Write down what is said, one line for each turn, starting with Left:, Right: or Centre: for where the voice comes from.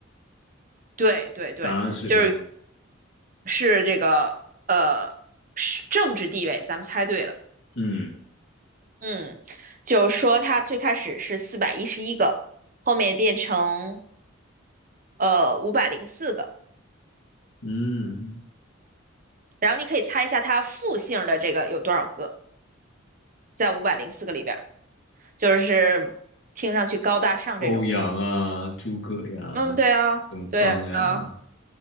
Right: 对对对，
Left: 答案是什么？
Right: 就是是这个呃是政治地位，咱们猜对了。
Left: 嗯
Right: 嗯，就是说他最开始是四百一十一个，后面变成呃五百零四个。
Left: 嗯，
Right: 然后你可以猜一下它复姓的这个有多少个，在五百零四个里边儿，就是听上去高大上这种。
Left: 欧阳啊，诸葛呀，
Right: 嗯，对啊，
Left: 东方呀，
Right: 对啊，